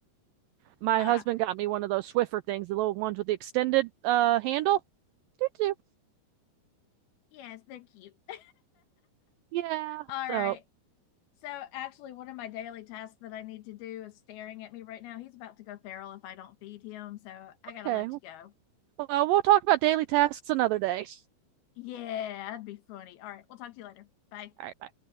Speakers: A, on the right; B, on the left.
A: My
B: Ah,
A: husband got me one of those Swiffer things, the little ones with the extended uh, handle. Doo-doo.
B: yes, they're cute. <laughs>
A: Yeah.
B: All
A: So
B: right. So actually, one of my daily tasks that I need to do is staring at me right now. He's about to go feral if I don't feed him, so I gotta
A: okay.
B: let you go.
A: Well, we'll talk about daily tasks another day.
B: Yeah, that'd be funny. All right, we'll talk to you later. Bye.
A: All right, bye.